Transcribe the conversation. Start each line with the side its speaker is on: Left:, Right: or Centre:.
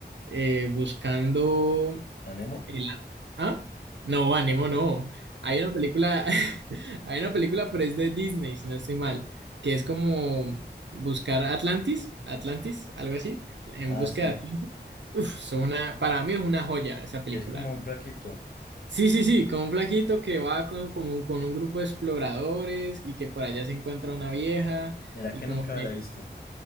Right: Eh, buscando...
Left: ¿A Nemo?
Right: El a- ¿Ah? No, Anemo, no. Hay una película, <laughs> hay una película, pero es de Disney, si no estoy mal, que es como buscar Atlantis, Atlantis, algo así, en
Left: Ah,
Right: busca
Left: sí.
Right: de Atlantis. Uf, son una, para mí es una joya esa película.
Left: Que es como un flaquito.
Right: Sí, sí, sí, con un flaquito que va con, con, un con un grupo de exploradores y que por allá se encuentra una vieja
Left: Mira
Right: y
Left: que
Right: como
Left: nunca me
Right: que
Left: la he visto.